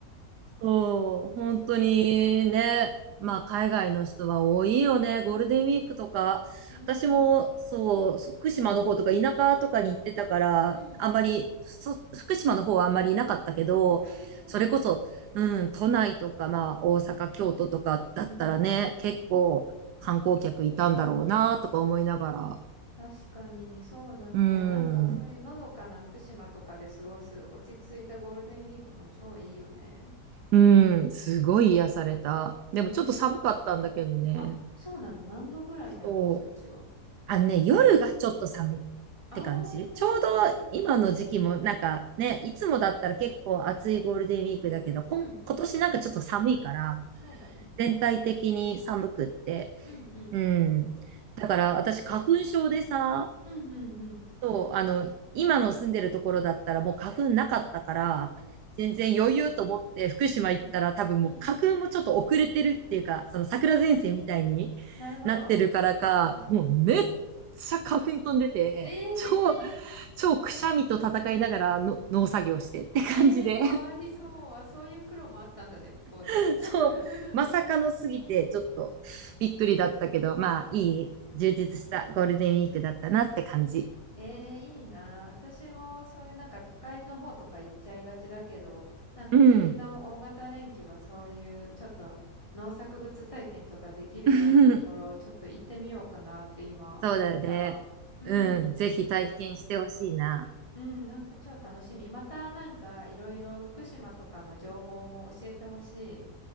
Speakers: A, on the right; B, on the left.
A: そう、本当にね、まあ海外の人は多いよね、ゴールデンウィークとか。
B: うん。
A: 私もそう、福島の方とか田舎とかに行ってたから、
B: うんうん。
A: あんまり、そ福島の方はあんまりいなかったけど、
B: ああ、そうなんだ。
A: それこそ、うん、都内とか、まあ大阪、京都とかだったらね、
B: うん。
A: 結構観光客いたんだろうな、とか思いながら。
B: 確かに、そうだね。
A: うん、
B: なんかそういうのどかな福島とかで過ごす落ち着いたゴールデンウィークも超いいよね。
A: うん、すごい癒された。でもちょっと寒かったんだけどね。
B: ねえ。あ、そうなの何度ぐらいなのそっちは。
A: そう。あのね、夜がちょっと寒いっ
B: あー。
A: て感じ。ちょうど今の時期もなんかね、いつもだったら結構暑いゴールデンウィークだけど、こん今年なんかちょっと寒いから、
B: うん。そうだね。
A: 全体的に寒くって。
B: うんうん。
A: うん。だから私花粉症でさ、
B: うんうんうん。
A: そう、あの、今の住んでるところだったらもう花粉なかったから、全然余裕と思って福島行ったら多分もう花粉もちょっと遅れてるっていうか、
B: うん。うん。
A: その桜前線みたいに
B: あ、うんなるほど。
A: なってるからか、
B: うんうん。
A: もうめっちゃ花粉飛んでて、
B: ええー
A: 超、超くしゃみと戦いながらの農作業してって感じで、
B: ええーかわいそう。あ、そういう苦労もあったんだね、向こうで。
A: <laughs>
B: <laughs>
A: そう、まさかのすぎてちょっとびっくりだったけど、まあいい充実したゴールデンウィークだったなって感じ。
B: ええいいな。私もそういうなんか都会の方とか行っちゃいがちだけど、なんか次の大型連休はそういうちょっと農作物体験とかできるようなところ、
A: うん。<laughs>
B: ちょっと行ってみようかなって今思った。
A: そうだね。
B: うん。
A: うん。ぜひ体験してほしいな。
B: うん、なんか超楽しみ。またなんかいろいろ福島とかの情報も教えてほしい。